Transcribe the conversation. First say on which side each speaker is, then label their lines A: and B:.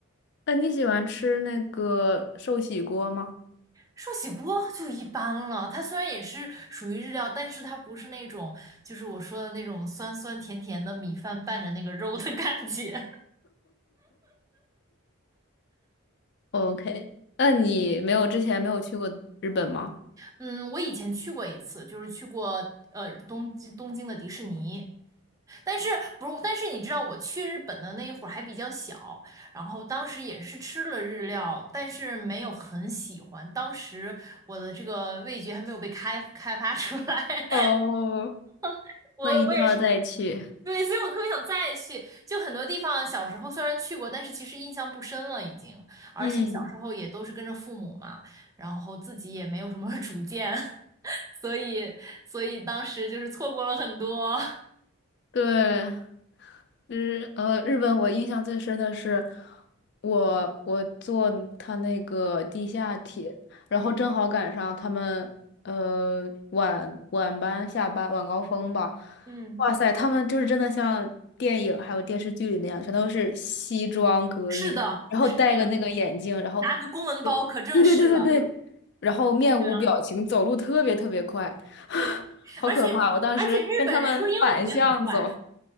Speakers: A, on the left; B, on the right.
A: 那你喜欢吃那个寿喜锅吗
B: 寿喜锅就一般了，它虽然也是属于日料，但是它不是那种就是我说的那种酸酸甜甜的米饭拌着那个肉的感觉。
A: ？OK，那你没有之前没有去过日本吗？
B: 嗯，我以前去过一次，就是去过呃东京东京的迪士尼，但是不是？但是你知道我去日本的那一会儿还比较小，然后当时也是吃了日料，但是没有很喜欢。当时我的这个味觉还没有被开开发出来，
A: 哦，
B: <laughs> 我我也是
A: 那一定要再去。
B: 对，所以我特别想再去。就很多地方小时候虽然去过，但是其实印象不深了已经，而且小时候也都是跟着父母嘛，
A: 嗯。
B: 然后自己也没有什么 <laughs> 主见。<laughs> 所以所以当时就是错过了很多。
A: 对，日呃，日本我印象最深的是我我坐他那个地下铁，然后正好赶上他们呃晚晚班下班晚高峰吧，
B: 嗯，
A: 哇塞，他们就是真的像电影还有电视剧里那样，全都是西装革履，
B: <laughs> 是的，
A: 然后戴个那个眼镜，
B: 是这样，
A: 然后
B: 拿个公文包可正式了，
A: 对对对对对，然后面无表情，
B: 这样
A: 走路特别特别快，
B: 对，
A: 好可怕！
B: 而且而且日本人说英语也很怪，
A: 我当时跟他们反向走。